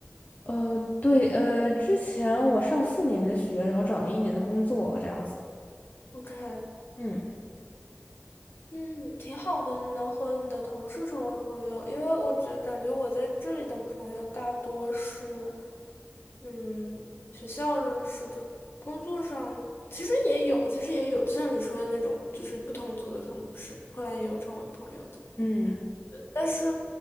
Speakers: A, on the left; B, on the left.
A: 呃，对，呃，之前我上四年的学，然后找了一年的工作，这样子。
B: ？OK，
A: 嗯
B: 嗯，挺好的，你能和你的同事成为朋友，因为我觉感觉我在这里的朋友大多是，嗯，学校认识的，工作上其实也有，其实也有，就像你说的那种，就是不同组的同事，后来也有成为朋友的，
A: 嗯
B: 但是，